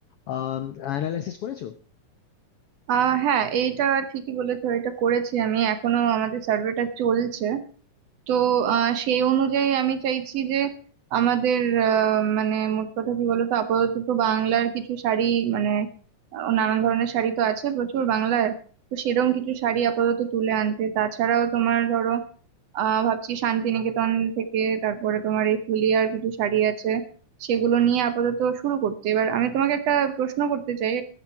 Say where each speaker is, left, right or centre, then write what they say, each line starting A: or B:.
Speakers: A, on the left; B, on the right.
A: আহ অ্যানালাইসিস করেছো
B: আহ হ্যাঁ এইটা ঠিকই বলেছো এটা করেছি আমি এখনো আমাদের সার্ভেটা চলছে তো আহ, সেই অনুযায়ী আমি চাইছি যে আমাদের আহ, মানে মোট কথা কি বলতো আপাতত তো বাংলার কিছু শাড়ি মানে আহ, নানান ধরনের শাড়ি তো আছে প্রচুর বাংলার তো সেরকম কিছু শাড়ি আপাতত তুলে আনতে তাছাড়াও তোমার ধরো আহ ভাবছি শান্তিনিকেতন থেকে তারপরে তোমার এই ফুলিয়ার কিছু শাড়ি আছে সেগুলো নিয়ে আপাতত শুরু করতে এবার আমি তোমাকে একটা প্রশ্ন করতে চাই